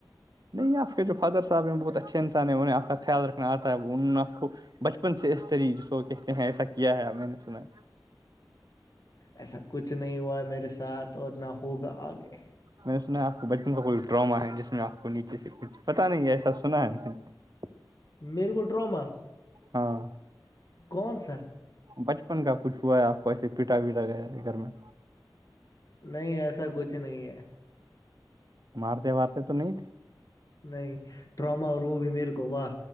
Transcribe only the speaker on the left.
ایسا کچھ نہیں ہوا ہے میرے ساتھ اور نہ ہوگا آگے
میرے گوو ڈروما
کون سا
نہیں ایسا کچھ نہیں ہے
نہیں ٹراما اور وہ بھی میرے کو واہ